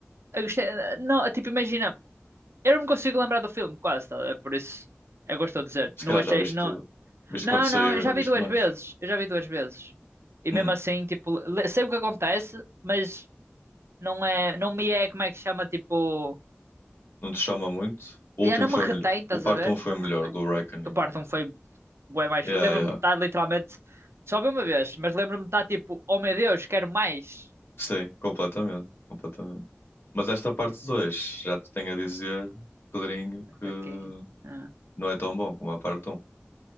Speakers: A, on the right (about 75°); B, on the left (about 60°).
A: Eu gostei... Não, tipo, imagina. Eu não me consigo lembrar do filme, quase, tá? É por isso. Eu gosto de dizer.
B: Se
A: Não
B: calhar
A: achei...
B: já viste,
A: Não,
B: viste
A: não,
B: quando saiu
A: não. Eu
B: e
A: já
B: não viste
A: vi duas
B: mais.
A: vezes. Eu já vi duas vezes. E
B: Hum,
A: mesmo assim, tipo... le- Sei o que acontece, mas... Não é... Não me é, como é que se chama, tipo...
B: não te chama muito? O
A: Já
B: último
A: não
B: foi
A: me retém,
B: melhor.
A: estás
B: O parte
A: a ver?
B: 1 foi
A: Não
B: melhor
A: me retém.
B: do Reckoning.
A: Eu parto um feio bué mais.
B: Yeah,
A: feio. Lembro-me
B: yeah.
A: de estar literalmente. Só vi uma vez, mas lembro-me de estar tipo, oh meu Deus, quero mais.
B: Sim, completamente, completamente. Mas esta
A: Não,
B: parte 2 já te tenho a dizer, Pedrinho,
A: é fraquinho.
B: que
A: Ah.
B: não é tão bom como a parte um.